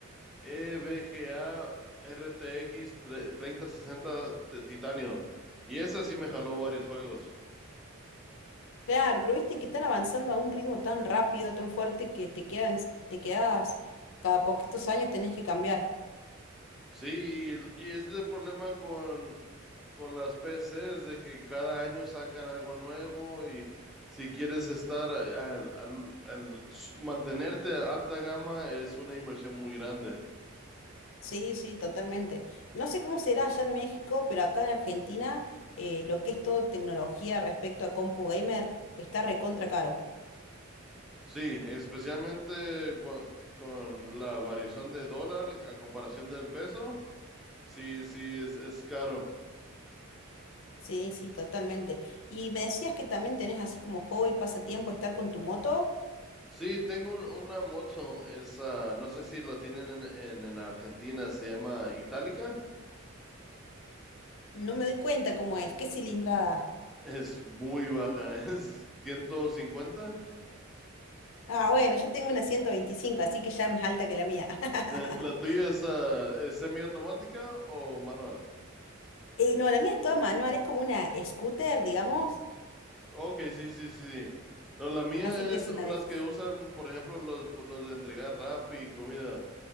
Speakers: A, in the centre; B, on the left.
A: e EVGA RTX tre- 3060 t- Titanio. Y esa sí me jaló varios juegos.
B: Claro, pero viste que están avanzando a un ritmo tan rápido, tan fuerte, que te quedan, te quedas, cada poquitos años tenés que cambiar.
A: Sí, y, el- y ese es el problema con, con las PCs, de que cada año sacan algo nuevo y si quieres estar al, al- al- s- mantenerte a alta gama es una inversión muy grande.
B: Sí, sí, totalmente. No sé cómo será allá en México, pero acá en Argentina eh, lo que es todo tecnología respecto a compu gamer está recontra caro.
A: Sí, especialmente con con, la variación de dólar a comparación del peso, sí, sí, es es caro.
B: Sí, sí, totalmente. Y me decías que también tenés así como hobby, pasatiempo, estar con tu moto.
A: Sí, tengo un- una moto, es, ah, no sé si lo tienen en, en- en Argentina, se llama Itálica,
B: No me doy cuenta cómo es. ¿Qué cilindrada?
A: <laughs> es muy baja, <laughs> es 150.
B: Ah, bueno, yo tengo una 125, así que ya es más alta que la mía. <laughs>
A: Eh, ¿La tuya es, ah, es semiautomática o manual?
B: Eh, no, la mía es toda manual, es como una scooter, digamos.
A: Ok, sí, sí, sí, sí. No, la mía
B: Así que
A: es
B: es una
A: las
B: de esas.
A: que usan, por ejemplo, los, los de entregar rap y comida,